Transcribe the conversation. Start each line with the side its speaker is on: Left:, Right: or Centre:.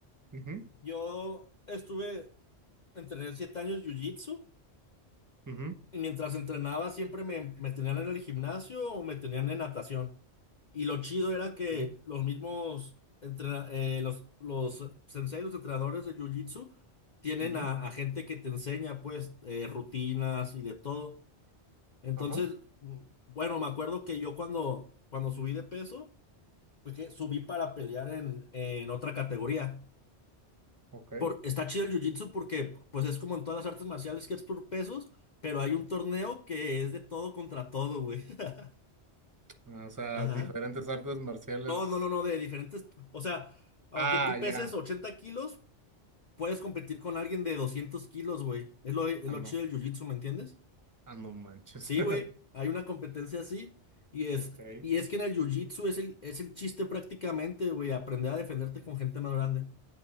Right: ujú,
Left: Yo estuve, entrené siete años jiu-jitsu.
Right: ujú,
Left: Y mientras entrenaba siempre me, me tenían en el gimnasio o me tenían en natación. Y lo chido era que
Right: ujú,
Left: los mismos entrena- eh, los, los sensei, los entrenadores de Jiu-Jitsu, tienen
Right: ujú,
Left: a, a gente que te enseña pues eh, rutinas y de todo. Entonces,
Right: Ajá,
Left: mm, bueno, me acuerdo que yo cuando, cuando subí de peso, pues que subí para pelear en, en otra categoría
Right: ok.
Left: por- está chido el jiu-jitsu porque pues es como en todas las artes marciales que es por pesos, pero hay un torneo que es de todo contra todo, güey. <laughs>
Right: ah, O sea,
Left: Ajá.
Right: diferentes artes marciales.
Left: No, no, no, no, de diferentes, o sea, aunque
Right: Ah,
Left: tú
Right: ya.
Left: peses 80 kilos, puedes competir con alguien de 200 kilos, güey. Es lo, es lo
Right: Ah, no.
Left: chido del jiu-jitsu, ¿me entiendes?
Right: Ah, no manches.
Left: Sí,
Right: <laughs>
Left: güey, hay una competencia así y es,
Right: Ok.
Left: y es que en el jiu-jitsu es el, es el chiste prácticamente, güey, aprender a defenderte con gente más grande.